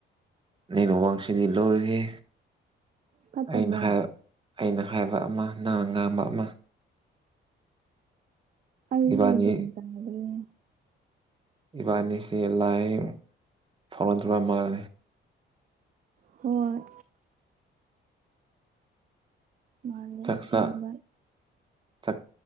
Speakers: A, on the right (about 25°); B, on the right (about 40°).
A: ꯅꯩꯅ ꯋꯥꯡꯁꯤꯗꯤ ꯂꯣꯏꯔ
B: ꯐꯠꯇꯕ꯭ꯔꯥ
A: ꯑꯩꯅ ꯑꯩꯅ ꯍꯥꯏꯕ ꯑꯃ ꯅ ꯉꯥꯡꯕ ꯑꯃ
B: ꯑꯜꯒ
A: ꯏꯕꯥꯅꯤ
B: ꯑ ꯃꯦ
A: ꯏꯕꯥ ꯑꯅꯤꯁꯤ ꯂꯥꯏ ꯐꯣꯔꯟ ꯇꯕ ꯃꯜ
B: ꯍꯣꯏꯣꯏ ꯃꯥꯜꯂꯦ
A: ꯆꯥꯛꯆꯥ
B: ꯁꯦꯟꯕ
A: ꯆꯥꯛ